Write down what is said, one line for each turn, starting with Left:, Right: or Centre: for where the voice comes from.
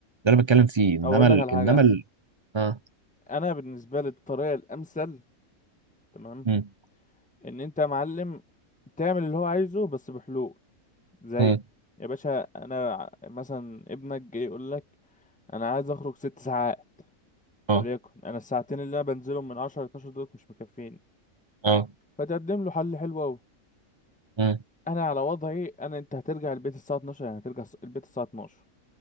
Right: ده اللي بتكلم فيه انما
Centre: او اقول
Right: ال...
Centre: لك على حاجة
Right: انما
Centre: احسن
Right: ال... اه
Centre: انا بالنسبة لي الطريقة الامثل تمام
Right: امم
Centre: ان انت يا معلم تعمل اللي هو عايزه بس بحلول زي
Right: امم
Centre: يا باشا انا ع- مثلا ابنك جاي يقول لك انا عايز اخرج ست ساعات
Right: اه
Centre: وليكن انا الساعتين اللي انا بنزلهم من 10 ل 12 دولت مش مكفيني
Right: اه
Centre: فتقدم له حل حلو قوي
Right: امم
Centre: انا على وضعي انا انت هترجع البيت الساعه 12 يعني هترجع الس- البيت الساعه 12